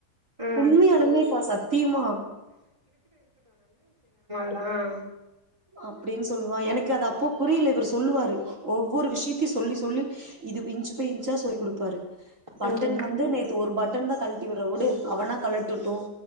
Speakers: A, on the right; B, on the right.
A: ஆ ஆ
B: உண்மையலூமேல பா சத்தியமா
A: ஹம்
B: அப்படின்னு சொல்லுவா எனக்கு அது அப்போ புரியல இவர் சொல்லுவாரு ஒவ்வொரு விஷயத்தையும் சொல்லி சொல்லி இது விஞ்சி போய் சா சொல்லி் கொடுப்பாரு பட்டன்
A: ம்
B: வந்து நேத்து ஒரு பட்டன் தான் கழட்டி விடுற விடு அவனா கழட்டுட்டும்